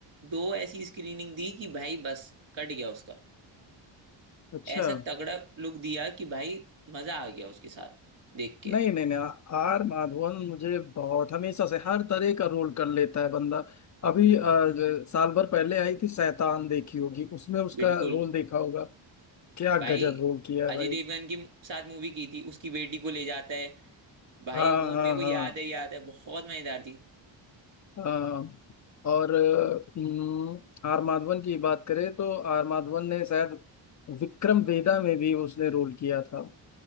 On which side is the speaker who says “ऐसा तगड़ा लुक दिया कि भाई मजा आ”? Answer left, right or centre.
Right